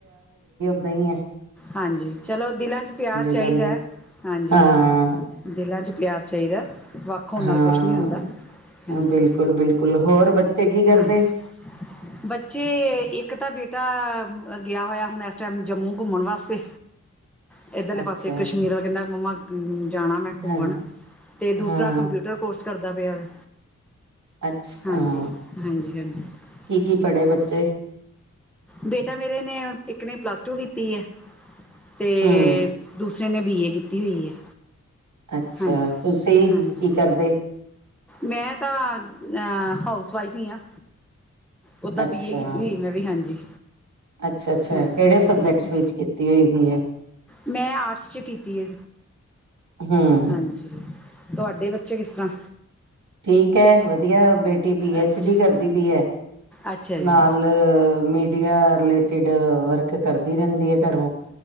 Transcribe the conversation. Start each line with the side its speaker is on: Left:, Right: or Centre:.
Right: ਦਈਂ ਐਂ।
Centre: ਹਾਂਜੀ, ਚਲੋ ਦਿਲਾਂ ਚ ਪਿਆਰ ਚਾਈਦਾ।
Right: ਜਾਂਦੇ।
Centre: ਹਾਂਜੀ
Right: ਹਾਂ
Centre: ਦਿ ਦਿਲਾਂ ਚ ਪਿਆਰ ਚਾਈਦਾ। ਵੱਖ ਹੋਣ ਨਾਲ
Right: ਹਾਂ।
Centre: ਕੁਝ ਨ੍ਹੀਂ ਹੁੰਦਾ, ਹਾਂਜੀ,
Right: ਬਿਲਕੁਲ ਬਿਲਕੁਲ ਹੋਰ ਬੱਚੇ ਕੀ ਕਰਦੇ
Centre: ਹਾਂਜੀ, ਬੱਚੇ ਇੱਕ ਤਾਂ ਬੇਟਾ ਗਿਆ ਹੋਇਆ ਹੁਣ ਇਸ ਟਾਈਮ ਜੰਮੂ ਘੁੰਮਣ ਵਾਸਤੇ ਤੇ ਇੱਧਰਲੇ
Right: ਅੱਛਾ
Centre: ਪਾਸੇ ਕਸ਼ਮੀਰਾ ਕਹਿੰਦਾ ਮੰਮਾ ਹੂੰ ਜਾਣਾ ਮੈਂ ਘੁੰਮਣ
Right: ਹਾਂ
Centre: ਤੇ ਦੂਸਰਾ
Right: ਹਾਂ
Centre: ਕੰਪਿਊਟਰ ਕੋਰਸ ਕਰਦਾ ਪਿਆ ਵੈ।
Right: ਅੱਛਾ
Centre: ਹਾਂਜੀ,
Right: ਹਾਂ
Centre: ਹਾਂਜੀ, ਹਾਂਜੀ।
Right: ਕੀ ਕੀ ਪੜ੍ਹੇ
Centre: ਹੋਰ,
Right: ਬੱਚੇ
Centre: ਬੇਟਾ ਮੇਰੇ ਨੇ ਇੱਕ ਨੇ ਪਲੱਸ ਟੂ ਕੀਤੀ ਹੈ। <inaudible> ਤੇ
Right: ਹਮ
Centre: ਦੂਸ ਇੰਨੇ ਬੀ ਏ ਕੀਤੀ ਹੋਈ ਹੈ।
Right: ਅੱਛਾ,
Centre: ਹਾਂਜੀ
Right: ਤੁਸੀਂ
Centre: ਹਾਂਜੀ
Right: ਕੀ ਕਰਦੇ?
Centre: ਮੈਂ ਤਾਂ ਆ ਹਾਊਸ ਵਾਈਫ ਹੀ ਹਾਂ। ਓਦਾਂ
Right: ਅੱਛਾ
Centre: ਬੀਏ ਕੀਤੀ ਹੋਈ ਮੈਂ ਵੀ, ਹਾਂਜੀ।
Right: ਅੱਛਾ ਅੱਛਾ
Centre: ਹਾਂਜੀ
Right: ਕਿਹੜੇ ਸਬਜੈਕਟਸ
Centre: ਹਾਂਜੀ
Right: ਵਿੱਚ ਕੀਤ ਐ ਹੂਈ ਹੈ
Centre: ਮੈਂ, ਆਰਟਸ ਚ ਕੀਤੀ ਐ
Right: ਹਮ
Centre: ਹਾਂਜੀ। ਤੁਹਾਡੇ ਬੱਚੇ ਕਿਸ ਤਰ੍ਹਾਂ?
Right: ਠੀਕ ਐ ਵਧੀਆ ਬੇਟਾ। ਟੀ ਬੀ- ਅਚ
Centre: ਅੱਛਾ
Right: ਡੀ ਕਰਦੀ ਪਈ ਐ।
Centre: ਅੱਛਾ ਜੀ
Right: ਨਾਲ ਮੀਡੀਆ ਰਿਲੇਟਿਡ ਵਰਕ ਕਰਦੀ ਰਹਿੰਦੀ ਹੈ ਘਰੋਂ